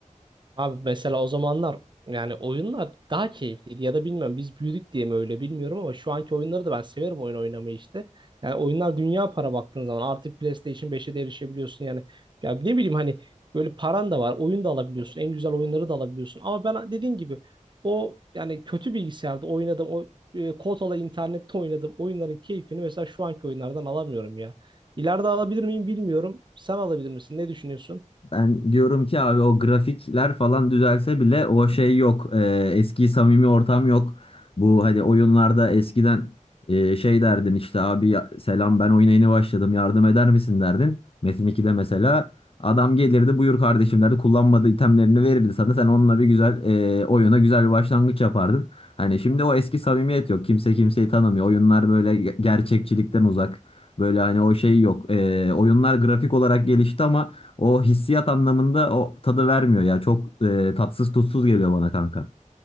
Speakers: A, on the right (about 35°); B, on the left (about 45°).
A: Abi mesela o zamanlar yani oyunlar daha keyifliydi ya da bilmiyorum biz büyüdük diye mi öyle bilmiyorum ama şu anki oyunları da ben severim oyun oynamayı işte. Yani oyunlar dünya para baktığın zaman artık PlayStation beşe de erişebiliyorsun yani. Ya ne bileyim hani böyle paran da var oyun da alabiliyorsun en güzel oyunları da alabiliyorsun. Ama ben dediğin gibi o yani kötü bilgisayarda oynadım o e, kotalı internette oynadığım oyunların keyfini mesela şu anki oyunlardan alamıyorum ya. İleride alabilir miyim bilmiyorum. Sen alabilir misin? Ne düşünüyorsun?
B: Ben diyorum ki abi o grafikler falan düzelse bile o şey yok. Ee, eski samimi ortam yok. Bu hani oyunlarda eskiden e, şey derdin işte abi ya- selam ben oyuna yeni başladım yardım eder misin derdin. Metin 2'de mesela adam gelirdi buyur kardeşim derdi kullanmadığı itemlerini verirdi sana sen onunla bir güzel e, oyuna güzel bir başlangıç yapardın. Hani şimdi o eski samimiyet yok kimse kimseyi tanımıyor oyunlar böyle ge- gerçekçilikten uzak. Böyle hani o şey yok. Ee, oyunlar grafik olarak gelişti ama o hissiyat anlamında o tadı vermiyor ya. Çok e, tatsız tutsuz geliyor bana kanka.